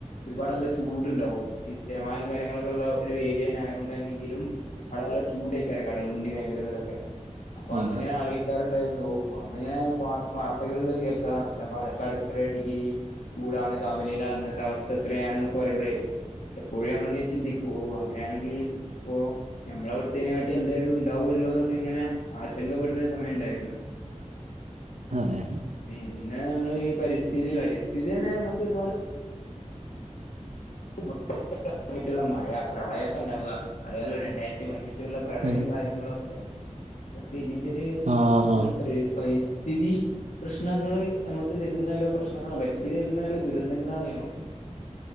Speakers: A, on the left; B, on the right.
A: ഒരുപാട് നല്ല ചൂട്ണ്ടാവും ഈ തിരമാലയും കാര്യങ്ങളൊക്കെ ഇള്ള ഒരു ഏരിയ ആയോണ്ടന്നെങ്കിലും. അവിടെ നല്ല ചൂടേക്കാരം കടലുണ്ടി മേഖലകളൊക്കെ അപ്പൊ അന്നിങ്ങനെ
B: ആ, ആ.
A: ആലോയി ക്കാറുണ്ടായിരുന്നു ഓഹ് അന്നിങ്ങനെ വാർ വാർത്തകളില് കേൾക്കാ പാലക്കാട് ഇത്ര ഡിഗ്രി. ചൂടാണ് താപനില അന്നത്തെ അവസ്ഥ ഇത്രയാണ് എന്നൊക്കെ പറയുമ്പളേ. പലപ്പോഴും നമ്മളിങ്ങനെ ചിന്തിക്കു ഓഹ് അങ്ങനെയാണെങ്കില് ഇപ്പോ ഞമ്മളെ എവട്ത്തേനെക്കാട്ടി എന്തായാലും ഇണ്ടാവുമല്ലോ എന്നൊക്കെ ഇങ്ങനെ ആശങ്കപ്പെടുന്ന ഒരു സമയം ഇണ്ടായിരുന്നു.
B: അതെ.
A: പിന്നെ നമ്മള് ഈ പരിസ്ഥിതി പരിസ്ഥിതി തന്നെ നമ്മക്ക് ഒരുപാട് <unintelligible> മഴ പ്രളയക്കെണ്ടാവാ. അറിയാലോ രണ്ടായിരത്തി പതിനെട്ടിലുള്ള പ്രളയം
B: ഉം.
A: കാര്യങ്ങളും ഒക്കെ. അതൊക്കെ ഇതിന്റെ ഒരു
B: ആ ആ
A: ഒരു പരി പരിസ്‌ത് സ്ഥിതി പ്രശ്നങ്ങള് നമുക്ക് തരുന്ന ഓരോ പ്രശ്നങ്ങളാണ് പരിസ്ഥിതി തരുന്ന ഓരോ ദുരന്തങ്ങളാണ് നമക്ക്.